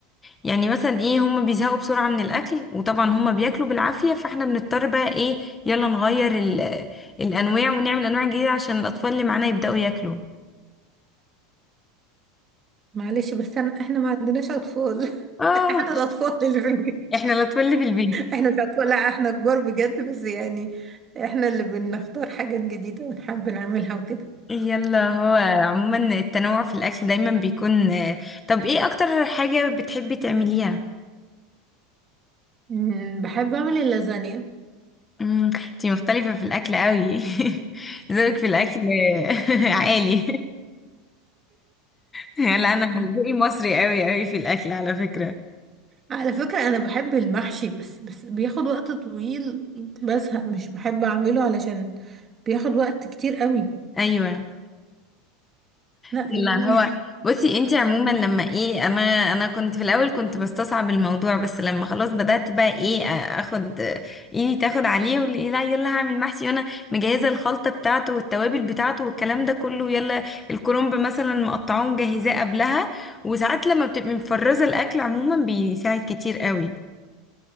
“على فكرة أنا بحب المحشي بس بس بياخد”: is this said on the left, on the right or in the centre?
Right